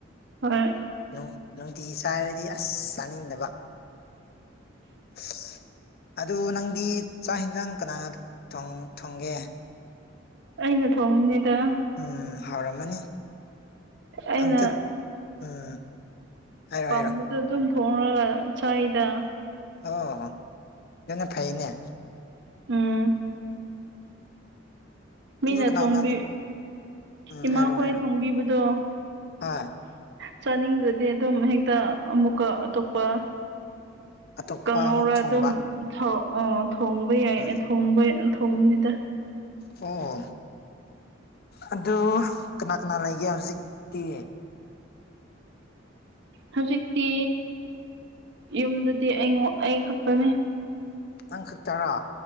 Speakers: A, on the right; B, on the left.
A: ꯍꯣꯏ
B: ꯅꯨꯡ ꯅꯨꯡꯇꯤꯒꯤ ꯆꯥꯔꯗꯤ ꯑꯁ ꯆꯥꯅꯤꯡꯗꯕ ꯁ <unintelligible> ꯑꯗꯨ ꯅꯪꯗꯤ ꯆꯥꯛ ꯌꯦꯟꯖꯥꯡ ꯀꯅꯥꯅ ꯊꯣꯡ ꯊꯣꯡꯒꯦ
A: ꯑꯩꯅ ꯊꯣꯡꯕꯅꯤꯗ
B: ꯎꯝ ꯍꯥꯎꯔꯝꯃꯅꯤ
A: ꯑꯩꯅ
B: ꯑꯝꯇ ꯎꯝ ꯍꯥꯏꯔꯣ
A: ꯄꯥꯝꯕꯗꯨ
B: ꯍꯥꯏꯔꯣ
A: ꯑꯗꯨꯝ ꯊꯣꯡꯔꯒ ꯆꯥꯏꯗ
B: ꯑꯣ ꯑꯗꯨꯅ ꯐꯩꯌꯦꯅꯦ
A: ꯎꯝ ꯃꯤꯅ
B: ꯑꯗꯨ ꯀꯅꯥ
A: ꯊꯣꯡꯕꯤ
B: ꯀꯅꯥ ꯎꯝ
A: ꯏꯃꯥꯈꯣꯏ
B: ꯍꯥꯏꯔꯣ ꯍꯥꯏꯔꯣ
A: ꯊꯣꯡꯕꯤꯕꯗꯣ
B: ꯍꯣꯏ
A: ꯆꯥꯅꯤꯡꯗꯔꯗꯤ ꯑꯗꯨꯝ ꯍꯦꯛꯇ ꯑꯃꯨꯛꯀ ꯑꯇꯣꯞꯄ
B: ꯑꯇꯣꯞꯄ
A: ꯀꯥꯡꯍꯧꯔ
B: ꯑꯃꯨꯛ ꯊꯣꯡꯕ
A: ꯑꯗꯨꯝ ꯊꯥꯎ ꯑ ꯊꯣꯡꯕ ꯌꯥꯏ
B: ꯎꯝ
A: ꯊꯣꯡꯕ ꯊꯣꯡꯕꯅꯤꯗ
B: ꯑꯣ ꯑꯗꯨ ꯀꯅꯥ ꯀꯅꯥ ꯂꯩꯒꯦ ꯍꯧꯖꯤꯛꯇꯤ
A: ꯍꯧꯖꯤꯛꯇꯤ ꯌꯨꯝꯗꯗꯤ ꯑꯩ ꯑꯩ ꯈꯛꯇꯥꯅꯦ
B: ꯅꯪ ꯈꯛꯇꯔꯣ